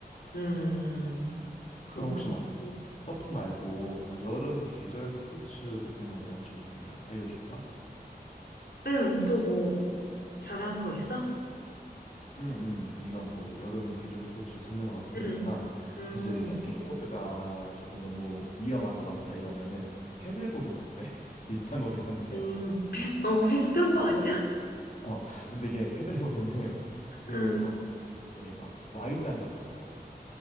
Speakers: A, on the left; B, on the left.
A: 음.
B: 음.
A: 그니까.
B: 그럼 혹시 막
A: 음.
B: 서핑 말고 막 여름 계절 스포츠 같은 걸 내가 좀 이렇게 알려줄까?
A: 응, 또 뭐, 잘하는 거 있어?
B: 응, 응. 네가 뭐 여름 계절 스포츠를 찾는 것 같으니까
A: 응. 음,
B: 사실 서핑보드가 조금 너무 위험한 것 같다 이러면은 패들보드는 어때? <laughs> 비슷한 거긴 한데.
A: 음, <laughs> 비- 어, 비슷한 거
B: 어,
A: 아니야?
B: 어. 근데 이게 패들보드는 그
A: 응,
B: 좀 이렇게 이게 막 와이드한 건 없어.